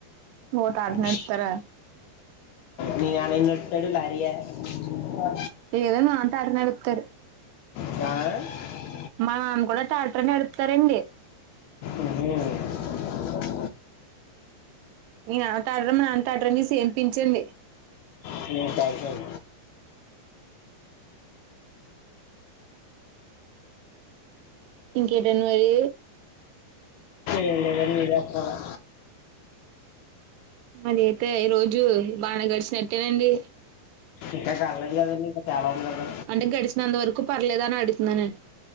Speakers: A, on the right; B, on the left.
A: ఓ టాటా నడుపుతారా
B: హ్ మీ నాన్నెం నడుపు తడు లారీ ఆ
A: లేదో మా నాన్న టాటా నడుపుతారు
B: ఆ
A: మా నాన్న కూడా ట్రాక్టర్ నడుపుతారండి.
B: హు
A: మీ నాన్న ట్రాక్టర్, మా నాన్న ట్రాక్టరండి సేమ్ పించండి.
B: హ్ కాదు, కాదు.
A: ఇంకేటండి మరి.
B: ఏం లేదండి మీరే చెప్పాలె.
A: మరి అయితే ఈ రోజు బానే గడిచినట్టేనండి.
B: ఇంకా కాలేదు కదండి ఇంకా చాలా ఉంది కదా
A: అంటే గడిచినంత వరకు పర్లేదా అని అడుగుతున్నాను అం